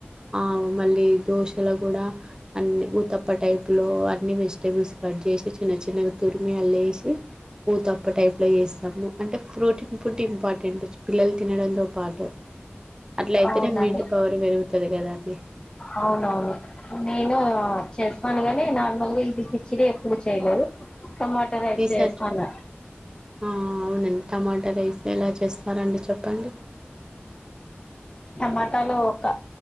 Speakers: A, on the right (about 20°); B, on the left (about 20°).
A: ఆ మళ్ళీ దోశలో కూడా అన్ని ఊతప్ప టైపులో అన్ని వెజిటేబుల్స్ కట్ చేసి చిన్న చిన్నగా తురిమి అల్లా ఏసి ఉత్తప్ప టైప్లో ఏస్తాము అంటే ఫ్రూటిన్ ఫుడ్ ఇంపార్టెంట్ పిల్లలు తినడంతో పాటు అట్ల అయితేనే
B: అవునండి
A: ఇమ్మ్యూనిటి పవర్ పెరుగుత ఉంటది కదా అండి
B: అవునవును నేను చేస్తాను కాని నార్మల్గా ఇది కిచిడి ఎప్పుడు చేయలేదు టొమాటో రైస్
A: రీసెర్చ్
B: చేస్తన్న
A: ఆ అవునండి టమాటా రైస్ ఎలా చేస్తారండి చెప్పండి
B: టమాటాాలు ఒక